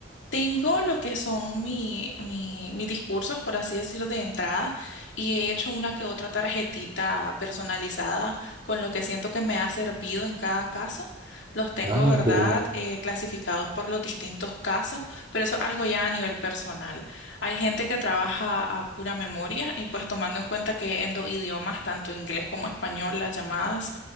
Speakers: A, on the left; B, on the right.
A: Tengo lo que son mi, mi- mis discursos, por así decir, de entrada, y he hecho una que otra tarjetita personalizada con lo que siento que me ha servido en cada caso. Los tengo,
B: Ah,
A: ¿verdad?,
B: qué bien.
A: eh, clasificados por los distintos casos, pero eso es algo ya a nivel personal. Hay gente que trabaja a pura memoria y pues tomando en cuenta que en dos idiomas, tanto inglés como español, las llamadas,